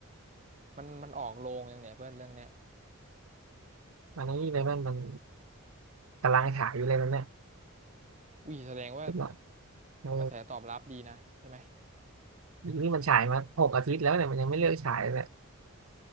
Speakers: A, on the right (about 35°); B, on the right (about 75°).
A: มันมันออกโรงยังเนี่ยเพื่อนเรื่องเนี้ย
B: มันนี่เลยมันมันกำลังถ่ายอยู่เลยมันเนี่ย
A: อุ้ยแสดงว่า
B: เป็นหลักเออ
A: กระแสตอบรับดีนะใช่ไหม
B: นี่มันฉายมาหกอาทิตย์แล้วเนี่ยมันยังไม่เลิกฉายเลย